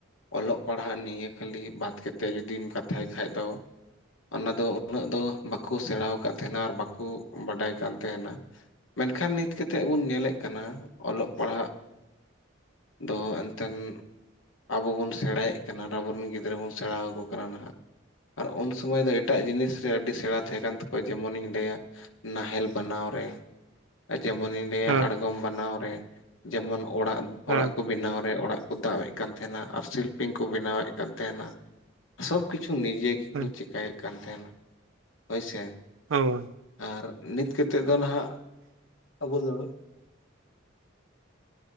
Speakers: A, on the left; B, on the right.
A: ᱚᱞᱚᱜ ᱯᱟᱲᱦᱟᱜ ᱱᱤᱭᱟᱹ ᱠᱷᱟᱹᱞᱤ ᱵᱟᱛ ᱠᱟᱛᱮ ᱡᱩᱫᱤᱢ ᱠᱟᱛᱷᱟᱭ ᱠᱷᱟᱱᱡ ᱫᱚ ᱚᱱᱟ ᱫᱚ ᱩᱱᱟᱹᱜ ᱫᱚ ᱵᱟᱠᱚ ᱵᱟᱠᱚ ᱥᱮᱬᱟ ᱟᱠᱟᱫ ᱛᱟᱦᱮᱱᱟ ᱟᱨ ᱵᱟᱠᱚ ᱵᱟᱰᱟᱭ ᱠᱟᱱ ᱛᱟᱦᱮᱱᱟ ᱢᱮᱱᱠᱷᱟᱱ ᱱᱤᱛᱚᱜ ᱠᱟᱛᱮᱫ ᱵᱚᱱ ᱧᱮᱞᱮᱫ ᱠᱟᱱᱟ ᱚᱞᱚᱜ ᱯᱟᱲᱦᱟᱜ ᱫᱚ ᱮᱱᱛᱮᱱ ᱟᱵᱚ ᱵᱚᱱ ᱥᱮᱬᱟᱭᱮᱫ ᱠᱟᱱᱟ ᱟᱵᱚᱨ ᱨᱮᱱ ᱜᱤᱫᱽᱨᱟᱹ ᱵᱚᱱ ᱥᱮᱬᱟ ᱠᱚ ᱠᱟᱱᱟ ᱱᱟᱦᱟᱜ ᱟᱨ ᱩᱱ ᱥᱩᱢᱟᱹᱭ ᱫᱚ ᱮᱴᱟᱜ ᱡᱤᱱᱤᱥ ᱨᱮ ᱟᱹᱰᱤ ᱥᱮᱬᱟᱸ ᱫᱷᱮ ᱭᱟᱱ ᱛᱟᱠᱚ ᱡᱮᱢᱚᱱᱤᱧ ᱞᱟᱹᱭᱟ ᱱᱟᱦᱮᱞ ᱵᱮᱟᱱᱟᱣ ᱨᱮ ᱡᱮᱢᱚᱱᱤᱧ ᱨᱮᱭᱟᱜ
B: ᱦᱮᱸ
A: ᱟᱲᱜᱚᱢ ᱵᱮᱟᱱᱟᱣ ᱨᱮ ᱡᱮᱢᱚᱱ ᱚᱲᱟᱜ
B: ᱦᱮᱸ
A: ᱚᱲᱟᱜ ᱠᱚ ᱵᱮᱱᱟᱣ ᱨᱮ ᱚᱲᱟᱜ ᱠᱚ ᱫᱟᱵᱮᱫ ᱠᱟᱱ ᱛᱟᱦᱮᱱᱟ ᱟᱨ ᱥᱤᱞᱯᱤᱧ ᱠᱚ ᱵᱮᱱᱟᱣᱮᱫ ᱠᱟᱱ ᱛᱟᱦᱮᱱᱟ ᱥᱚᱵ ᱠᱤᱪᱷᱩ ᱱᱤᱡᱮ ᱜᱮᱠᱚ
B: ᱦᱮᱸ
A: ᱪᱮᱠᱟᱹᱭᱮᱫ ᱠᱟᱱ ᱛᱟᱦᱮ ᱱᱟ᱾ ᱦᱳᱭ ᱥᱮ
B: ᱦᱚᱭ
A: ᱟᱨ ᱱᱤᱛ ᱠᱟᱛᱮᱫ ᱫᱚ ᱱᱟᱦᱟᱜ ᱠᱚᱞ ᱫᱟᱵᱮᱱ᱾